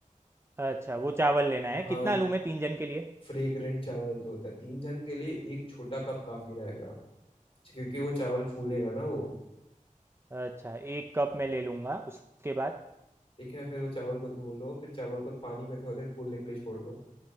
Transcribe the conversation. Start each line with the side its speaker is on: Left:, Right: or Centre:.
Right: अच्छा वो चावल लेना है
Left: हाँ
Right: कितना लूँ मैं तीन जन के लिए
Left: फ्रेग्रेंट चावल जो होता है तीन जन के लिए एक छोटा कप काफी रहेगा क्योंकि वो चावल फूलेगा
Right: ठीक है
Left: ना वो
Right: अच्छा एक कप मैं ले लूँगा उसके बाद
Left: ठीक है फिर वो चावल को धो लो फिर चावल को पानी में थोड़ा देर फूलने के लिए छोड़ दो